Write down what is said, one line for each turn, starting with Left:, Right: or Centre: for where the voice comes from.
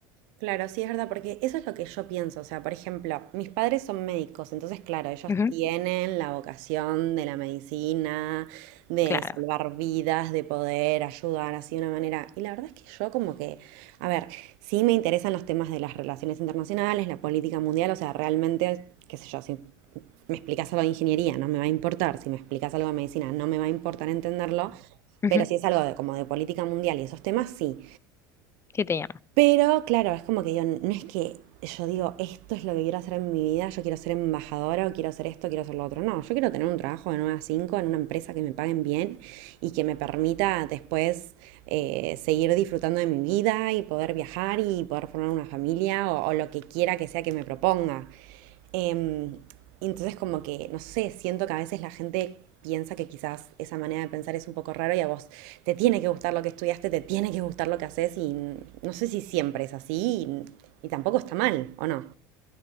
Right: Claro, sí es verdad, porque eso es lo que yo pienso. O sea, por ejemplo, mis padres son médicos, entonces, claro, ellos
Left: Ujú,
Right: tienen la vocación de la medicina, de
Left: claro.
Right: salvar vidas, de poder ayudar así de una manera. Y la verdad es que yo como que, a ver, sí me interesan los temas de las relaciones internacionales, la política mundial, o sea, realmente, qué sé yo, si me explicas algo de ingeniería, no me va a importar, si me explicas algo de medicina, no me va a importar entenderlo.
Left: Ujú,
Right: Pero si es algo de, como de política mundial y esos temas, sí.
Left: Sí, te llama.
Right: Pero claro, es como que yo, no es que yo digo, esto es lo que quiero hacer en mi vida, yo quiero ser embajadora o quiero hacer esto, quiero hacer lo otro. No, yo quiero tener un trabajo de 9 a 5 en una empresa que me paguen bien y que me permita después eh, seguir disfrutando de mi vida y poder viajar y poder formar una familia o, o lo que quiera que sea que me proponga. Em, y entonces como que, no sé, siento que a veces la gente piensa que quizás esa manera de pensar es un poco raro y a vos te tiene que gustar lo que estudiaste, te tiene que gustar lo que haces y no sé si siempre es así y, y tampoco está mal, ¿o no?